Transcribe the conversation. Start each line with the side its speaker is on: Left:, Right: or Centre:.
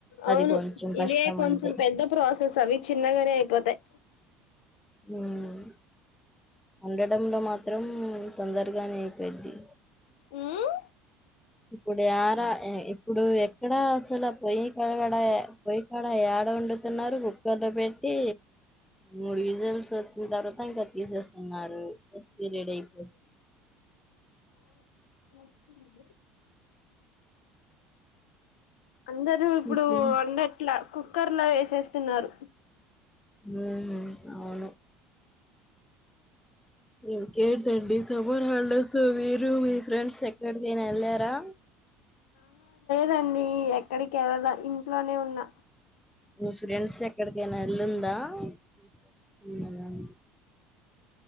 Left: అవును
Centre: అది కొంచెం
Left: ఇవే
Centre: కష్టం
Left: కొంచెం
Centre: అంతె
Left: పెద్ద ప్రాసెస్ అవి చిన్నగానె అయిపోతాయ్
Centre: ఉం వండడంలో మాత్రం తొందరగానే అయిపోయిద్ది
Left: ఉమ్
Centre: ఇప్పుడు యార ఇప్పుడు ఎక్కడా అసలు ఆ ప్లే కాడ పొయికాడ యాడ వండుతున్నారు కుక్కర్లో పెట్టి మూడు విజల్స్ వచ్చిన తర్వాత ఇంక తీసేస్త అన్నారు దిస్ పీరియడ్ అయిపో
Left: మచ్చ అంది అందరుూ ఇప్పుడు
Centre: ఓకే
Left: వండట్లా కుక్ కుక్కర్లో ఏసేస్తున్నారు
Centre: హు అవును ఇంకేంటండి సమ్మర్ హాలిడేస్ లో మీరు రు మి ఫ్రెన్డ్స్ ఎక్ క్కడికైనా ఎల్లారా
Left: దండి ఎక్కడికి ఎల్లల ఇంట్లోనే ఉన్నా
Centre: నీ ఫ్రెండ్స్ ఎక్కడికైనా ఎల్లుందా <inaudible>